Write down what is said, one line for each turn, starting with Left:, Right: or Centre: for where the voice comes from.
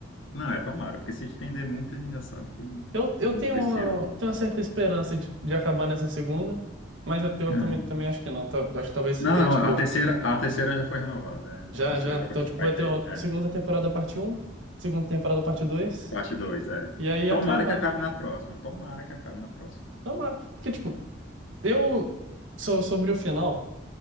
Left: Não, é tomara, porque se estender muito, a gente já sabe que
Right: Eu, eu
Left: não
Right: tenho
Left: precisa,
Right: uma,
Left: né?
Right: tenho uma certa esperança de, de acabar nessa segunda, mas eu, eu
Left: É.
Right: também, também acho que não. Tal- Acho que talvez se
Left: Não,
Right: tenha,
Left: não,
Right: tipo,
Left: a terceira, a terceira já foi renovada.
Right: já,
Left: é. A terceira
Right: já.
Left: já vai,
Right: Então, tipo,
Left: vai
Right: vai
Left: ter.
Right: ter uma
Left: É.
Right: segunda temporada parte um, segunda temporada parte dois.
Left: Parte 2, é.
Right: E aí
Left: Tomara
Right: acabar.
Left: que acabe na próxima. Tomara que acabe na próxima.
Right: Tomara. Porque, tipo, eu. So, sobre o final,